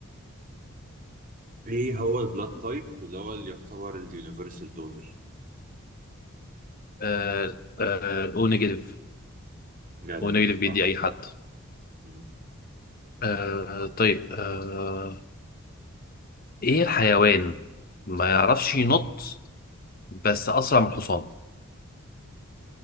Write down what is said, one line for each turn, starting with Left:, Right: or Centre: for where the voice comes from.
Right: ايه هو البلاد تايب اللي هو اللي يعتبر اليونيفرسال دونر
Left: آه آه او نيجاتيف
Right: جدع
Left: او نيجاتيف بيدي
Right: صح
Left: اي حد
Right: مم.
Left: آه طيب آه ايه الحيوان ما يعرفش ينط بس اسرع من الحصان